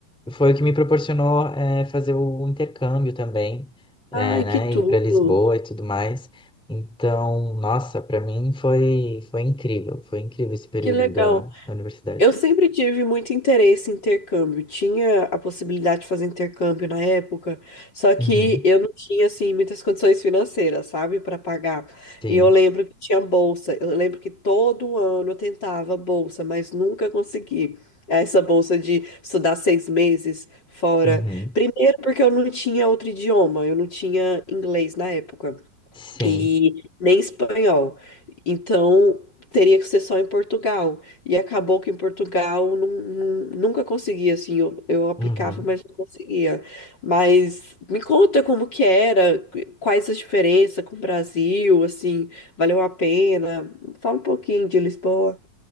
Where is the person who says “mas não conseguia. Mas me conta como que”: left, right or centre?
Left